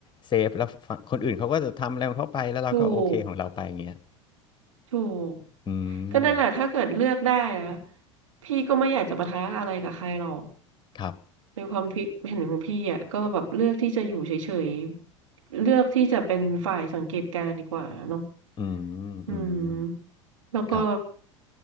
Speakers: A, on the left; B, on the right.
A: เซฟแล้วฟคนอื่นเขาก็จะทำอะไรของเขาไปแล้วเราก็โอเคของเราไปอย่างเงี้ย
B: ถูกถูก
A: อื
B: ก็นั่นแหละถ้าเกิดเลือกได้อะ
A: ม
B: พี่ก็ไม่อยากจะปะทะอะไรกับใครหรอก
A: ครับ
B: ในความคิดเห็นของพี่อ่ะก็แบบเลือกที่จะอยู่เฉยๆเลือกที่จะเป็นฝ่ายสังเกตการณ์ดีกว่าเนาะ
A: อื
B: อืม
A: มๆครับ
B: แล้วก็